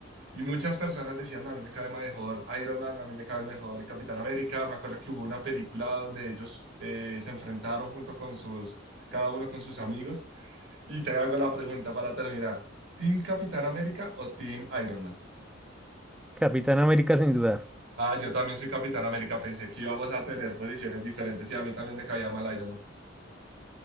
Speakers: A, on the right; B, in the centre.
A: Y muchas personas decían, a mí me cae mejor Iron Man, a mí me cae mejor Capitán América. Me acuerdo que hubo una película donde ellos eh, se enfrentaron junto con sus, cada uno con sus amigos. Y te hago la pregunta para terminar. ¿Team Capitán América o Team Iron Man?
B: Capitán América sin dudar.
A: Ah, yo también soy Capitán América. Pensé que íbamos a tener posiciones diferentes y a mí también me caía mal Iron Man.